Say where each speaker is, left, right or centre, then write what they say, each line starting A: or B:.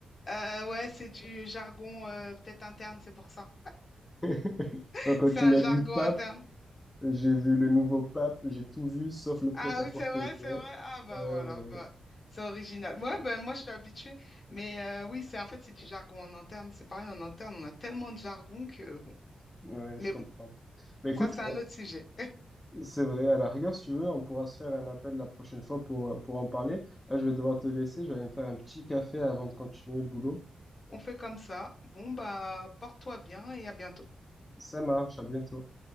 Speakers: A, on the left; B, on the left.
A: Euh, ouais, c'est du jargon euh, peut-être interne, c'est pour ça.
B: <laughs>
A: <laughs>
B: Quand
A: C'est
B: tu
A: un
B: m'as
A: jargon
B: dit PAP,
A: interne.
B: J'ai vu le nouveau pape, j'ai tout vu sauf le prêt-à-porter,
A: Ah oui, c'est vrai,
B: tu
A: c'est
B: vois.
A: vrai. Ah bah
B: Euh,
A: voilà, bah, c'est original. Ouais, bah, moi je suis habituée, mais euh, oui, c'est en fait c'est du jargon en interne. C'est pareil, en interne, on a tellement de jargon que bon.
B: ouais,
A: Mais
B: je comprends.
A: bon,
B: Mais écoute,
A: ça c'est un autre sujet.
B: euh, c'est vrai, à la rigueur, si tu veux, on pourra se faire un appel la prochaine fois pour, euh, pour en parler. Là, je vais devoir te laisser, je vais aller me faire un petit café avant de continuer le boulot.
A: On fait comme ça. Bon bah porte-toi bien et à bientôt.
B: Ça marche, à bientôt.